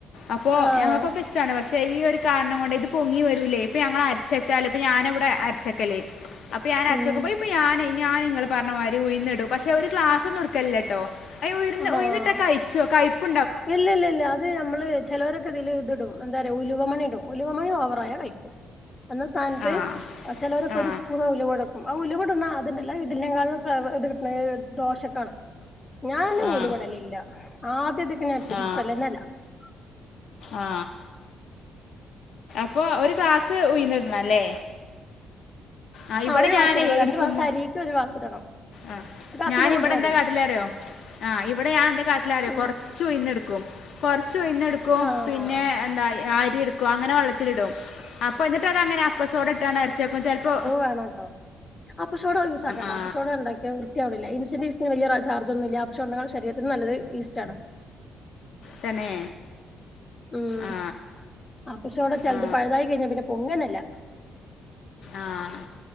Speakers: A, on the left (about 70°); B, on the left (about 25°).
A: അപ്പോ
B: ആഹ്
A: ഞങ്ങൾക്കൊക്കെ ഇഷ്ടമാണ് പക്ഷെ ഈ ഒരു കാര് കൊണ്ട് ഇത് പൊങ്ങി വരൂലേ ഇപ്പ ഞങ്ങള് അരച്ചച്ചാല് ഇപ്പ ഞാനാ ഇവടെ അരച്ചക്കല് അപ്പൊ ഞൻ അര്ച്ചെക്കുമ്പ
B: ഉം
A: ഇപ്പ ഞാനെ ഞാൻ നിങ്ങള് പർ ഉഴുന്നിടും പക്ഷെ ഒരു ക്ലാസ്സ് ഒന്നും എടുക്കലില്ല കേട്ടോ ഉഴുന്ന്
B: ആഹ്
A: ഉഴുന്നിട്ടാ കയ്ച്ച് പോവും കയ്പ്പ്
B: ഇല്ല ഇല്ല ഇല്ല അത് നമ്മള് ചിലവരൊക്കെ ഇതില് ഇത് ഇടും എന്താ പറയാ ഉലുവമണി ഇടും ഉലുവമണി ഓവറായാ കയ്‌ക്കും എന്ന സ്ഥാനത്ത്
A: ആ
B: ചിലവരൊക്കെ
A: ആ
B: ഒരു സ്പൂണ് ഉലുവ ഇടും ആഹ് ഉലുവ ഇടുന്ന അത്ണ്ടല്ലോ ഇഡലിയേക്കാളും ഇത് കിട്ടണേ ദോശക്കാണ് ഞാൻ
A: ആ
B: ഉലുവ ഇടലില്ല ആദ്യത്തെ <unintelligible>
A: ആ ആ അപ്പൊ ഒരു ഗ്ലാസ് ഉയുന്നിടണം അല്ലേ ആഹ് ഇവിടെ
B: ആ ഒരു ക്ലാസ്
A: ഞാനേ
B: ഇടണം രണ്ട്
A: എടുക്കുമ്മ
B: ക്ലാസ് അരിക്ക് ഒരു ക്ലാസ് ഇടണം
A: ആഹ്
B: ഒരു കാ
A: ഞാൻ
B: കിലോ കൊടുന്ന
A: ഇവിടെ എന്താ
B: മതി
A: കാട്ടിലാറിയോ ആഹ് ഇവിടെ ഞാൻ എന്ത കാട്ടിലാറിയോ
B: ഉം
A: കൊറച്ച് ഉഴുന്ന് എടുക്കും കൊറച്ച് ഉഴുന്ന് എടുക്കും
B: ആഹ്
A: പിന്നെ എന്താ അരി എടുക്കും അങ്ങനെ വെള്ളത്തിലിടും അപ്പൊ എന്നിട്ട് അതെങ്ങനാ അപ്പ സോഡ ഇട്ടാണോ അരച്ചേ ചെലപ്പോ
B: വേണം കേട്ടോ അപ്പ സോഡ യൂസ് ആക്കണ്ട
A: ആ
B: അപ്പസോഡാ ഉണ്ടാക്കിയ വൃത്തിയാവി ഇൻസ്റ്റന്റ് ഈസ്റ്റിന് വലിയ ചാർജ്ജ് ഒന്നും ഇല്ല പക്ഷെ നമ്മളെ ശരീത്തിന് നല്ലത് ഈസ്റ്റ് ആണ്
A: തന്നെ
B: ഉം
A: ആ
B: അപ്പസോഡ ചിലത്
A: ആ
B: പഴുതായി കഴിഞ്ഞ പിന്നെ ട്ടണില്ല
A: ആഹ്